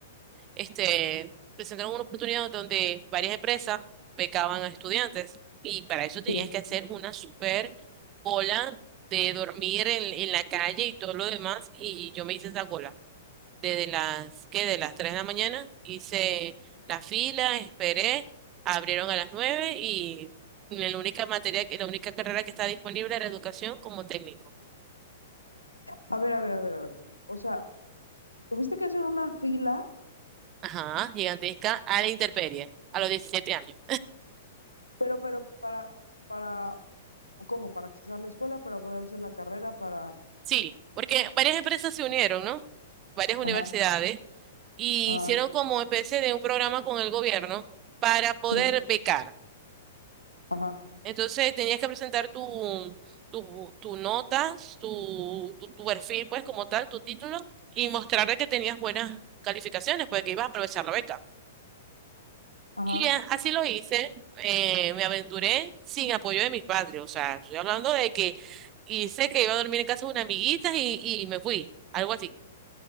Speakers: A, on the right (about 30°); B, on the left (about 80°).
A: este, presentaron una oportunidad donde varias empresas becaban a estudiantes y para eso tenías
B: Sí.
A: que hacer una super cola de dormir en, en la calle y todo lo demás y yo me hice esa cola. desde las, ¿qué? De las 3 de la mañana, hice la fila, esperé, abrieron a las 9 y la única materia, que- la única carrera que está disponible era educación como técnico.
B: A ver, a ver, a ver, a ver. O sea, tuviste que hacer una fila
A: Ajá, gigantesca a la intemperie, a los diecisiete años.
B: Pero, pero, para, para, ¿cómo? Para accesar la escuela, para poder hacer la carrera, para,
A: Sí, porque varias empresas se unieron, ¿no? Varias universidades
B: ajá,
A: y
B: ajá,
A: hicieron como especie de un programa con el gobierno para poder
B: sí,
A: becar.
B: ajá,
A: Entonces tenías que presentar tu, tu, tu notas, tu, tu, tu perfil, pues como tal, tu título, y mostrarle que tenías buenas calificaciones, pues que ibas a aprovechar la beca.
B: ajá.
A: Y a- así lo hice, eh, me aventuré sin apoyo de mis padres, o sea, estoy hablando de que hice que iba a dormir en casa de una amiguita y, y me fui, algo así.